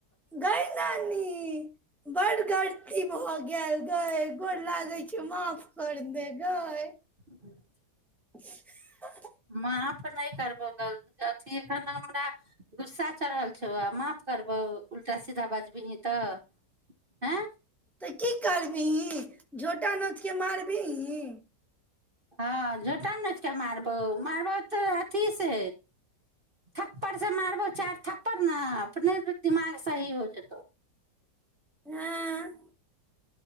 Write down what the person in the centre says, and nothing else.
गै नानी बड्ड गलती भऽ गेल गै गोर लागे छियौ माफ कर दे गै
<unintelligible>
तऽ की करबिही झोटा नोचके मारबिही
ऐं